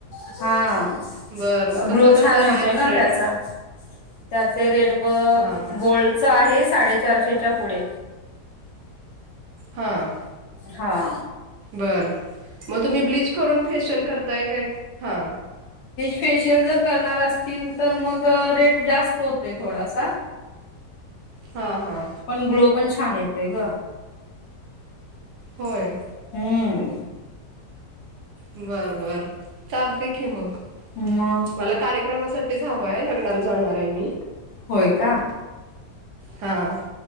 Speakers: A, on the left; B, on the right.
A: हा
B: बरं मग कसं
A: ग्लो
B: कसं
A: छान येतोय
B: हाय
A: ना
B: रेट
A: त्याचा. त्याचे रेट बघ
B: हां हां
A: गोल्डचा आहे, साडेचारशेच्या पुढे.
B: हं
A: हा
B: बरं म तुम्ही ब्लीच करून, फेशियल करताय काय हा.
A: फेशियल जर करणार असतील तर मग रेट जास्त होतोय थोडासा.
B: हां हां
A: पण ग्लो पण छान येतय गं.
B: व्हय.
A: हम्म.
B: बरं बरं चालतंय की मग.
A: मग
B: मला कार्यक्रमासाठीच हवं आहे लग्नाला जाणार आहे मी.
A: होय का
B: हा.